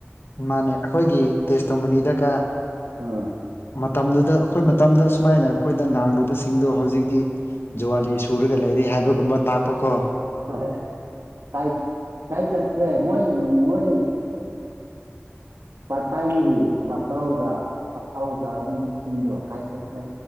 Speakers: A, on the left; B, on the right.
A: ꯃꯥꯅꯦ ꯑꯩꯈꯣꯏꯒꯤ ꯇꯦꯁꯇꯣꯃꯅꯤꯗꯒ
B: ꯑꯥ
A: ꯃꯇꯝꯗꯨꯗ ꯑꯩꯈꯣꯏ ꯃꯇꯝꯗ ꯁꯨꯃꯥꯏꯅ ꯑꯩꯈꯣꯏꯗ ꯉꯥꯡꯂꯨꯕꯁꯤꯡꯗꯣ ꯍꯧꯖꯤꯛꯇꯤ ꯖꯨꯋꯥꯂꯤ ꯁꯨꯔꯒ ꯂꯩꯔꯦ ꯍꯥꯏꯕꯒꯨꯝꯕ ꯇꯥꯛꯄ ꯀꯣ
B: ꯍꫭꯏ ꯍꫭꯏ ꯀꯥꯏ ꯀꯥꯏ ꯆꯠꯈꯔꯦ ꯃꫭꯏ ꯃꫭꯏ ꯄꯥꯔꯠ ꯇꯥꯏꯝꯒꯤ ꯊꯕꯛ ꯇꯧꯔꯒ ꯑꯐꯥꯎꯕ ꯁꯥꯕꯁꯤꯡꯗꯣ ꯀꯥꯏꯆꯠꯈ꯭ꯔꯦ